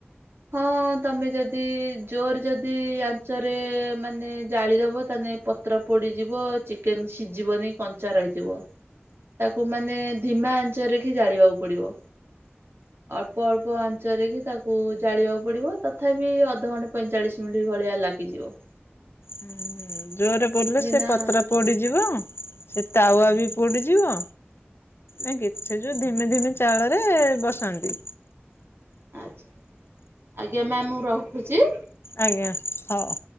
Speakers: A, on the right; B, on the left.
A: ହଁ ତମେ ଯଦି ଜୋରେ ଯଦି ଆଞ୍ଚରେ ମାନେ ଜାଳିଦବ ତାହାନେ ପତ୍ର ପୋଡ଼ିଯିବ ଚିକେନ ସିଜିବନି କଞ୍ଚା ରହିଯିବ। ତାକୁ ମାନେ ଧିମା ଆଞ୍ଚରେକି ଜାଳିବାକୁ ପଡିବ। ଅଳ୍ପ ଅଳ୍ପ ଆଞ୍ଚରେ କି ତାକୁ ଜାଳିବାକୁ ପଡିବ ତଥାପି ଅଧଘଣ୍ଟେ ପଇଁଚାଳିଶ ମିନଟି ଭଳିଆ ଲା ଗିଯିବ
B: ଉଁହୁଁ ଜୋରେ ପଡ଼ିଲେ ସେ
A: ନା
B: ପତ୍ର ପୋଡ଼ିଯିବ। ସେ ତାୱା ବି ପୋଡ଼ିଯିବ। ନାକି ସେ ଯୋଉ ଧିମି ଧିମି ଚାଉଳରେ ବସାନ୍ତି।
A: ଆଚ୍ଛା ଆଜ୍ଞା ମ୍ୟାମ୍ ମୁଁ ରଖୁଚି।
B: ଆଜ୍ଞା ହଉ।